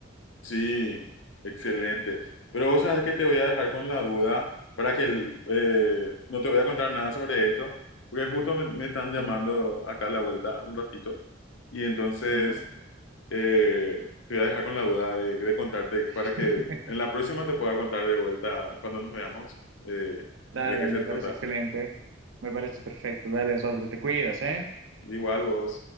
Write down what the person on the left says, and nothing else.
Sí, excelente. Pero vos sabés que te voy a dejar con la duda para que eh, no te voy a contar nada sobre esto, porque justo me, me están llamando
acá a la vuelta un ratito y entonces
eh, te voy a dejar con la duda de, de contarte para
que en la próxima te pueda contar de vuelta cuando nos veamos eh,
de qué se
trata.
Igual vos.